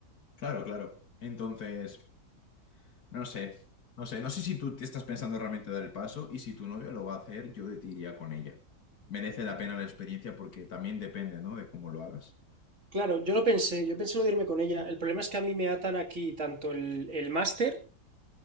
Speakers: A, on the left (about 60°); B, on the right (about 40°).
A: Claro, claro. Entonces, no sé, no sé, no sé si tú te estás pensando realmente dar el paso y si tu novia lo va a hacer, yo te iría con ella. Merece la pena la experiencia porque también depende, ¿no? De cómo lo hagas.
B: Claro, yo lo pensé, yo pensé lo de irme con ella. El problema es que a mí me atan aquí tanto el, el máster